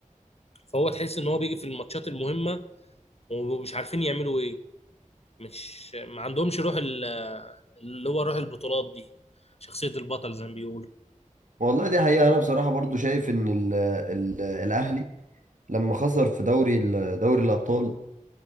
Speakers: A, on the left; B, on the right.
A: فهو تحس ان هو بيجي في الماتشات المهمه ومش عارفين يعملوا ايه مش ما عندهمش روح ال- اللي هو روح البطولات دي شخصيه البطل زي ما بيقولوا
B: والله دي حقيقة انا بصراحة برضو شايف ان ال ال الاهلي لما خسر في دوري ال- دوري الابطال